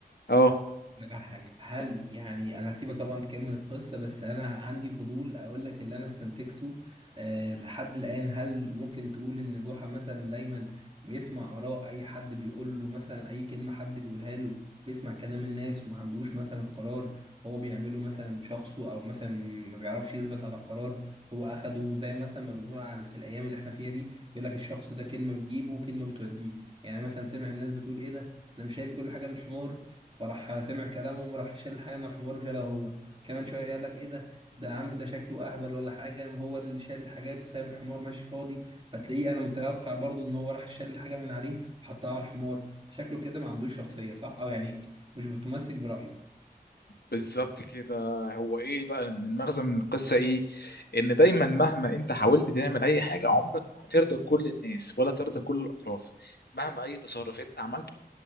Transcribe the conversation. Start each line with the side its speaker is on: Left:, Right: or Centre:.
Left: اه
Right: لك على حاجة هل يعني أنا هسيبك طبعا تكمل القصة بس أنا عندي فضول أقول لك اللي أنا استنتجته أه لحد الآن هل ممكن تقول إن جحا مثلا دايما بيسمع آراء أي حد بيقول له مثلا أي كلمة حد بيقولها له بيسمع كلام الناس وما عندوش مثلا قرار هو بيعمله مثلا بشخصه أو مثلا ما بيعرفش يثبت على قرار هو أخده زي مثلا ما بنقول على في الأيام اللي إحنا فيها دي يقول لك الشخص ده كلمة بتجيبه وكلمة بتوديه يعني مثلا سمع الناس بتقول إيه ده ده مش شايل كل حاجة للحمار فراح سمع كلامهم راح شال حاجة من الحمار وشالها هو كمان شوية قال لك ايه ده ده عم ده شكله اهبل ولا حاجة هو اللي شال الحاجات وسايب الحمار ماشي فاضي فتلاقيه انا متوقع برضو ان هو راح شال الحاجة من عليه وحطها على الحمار فشكله كده ما عندوش شخصية صح او يعني مش متمسك برأيه
Left: بالظبط كده هو ايه بقى إن المغزى من القصه ايه ان دايما مهما انت حاولت تعمل اي حاجه عمرك ما هترضى كل الناس ولا ترضى كل الاطراف مهما اي تصرف انت عملته